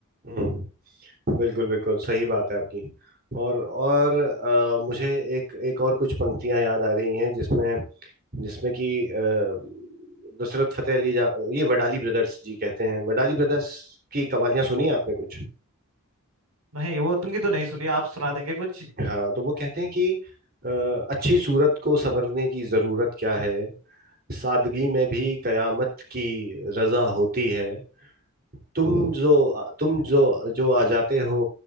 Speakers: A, on the right; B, on the right.
A: हम्म बिल्कुल बिल्कुल सही बात है आपकी और और अ, मुझे एक एक और कुछ पंक्तियां याद आ रही हैं जिसमें जिसमें कि अ, नुसरत फतेह अली जा ये वडाली ब्रदर्स जी कहते हैं वडाली ब्रदर्स की कवालियां सुनी हैं आपने कुछ
B: नहीं वो तुमकी तो नहीं सुनी आप सुना देंगे कुछ
A: हाँ तो वो कहते हैं कि अ, अच्छी सूरत को संवरने की जरूरत क्या है सादगी में भी कयामत की रजा होती है तुम जो तुम जो जो आ जाते हो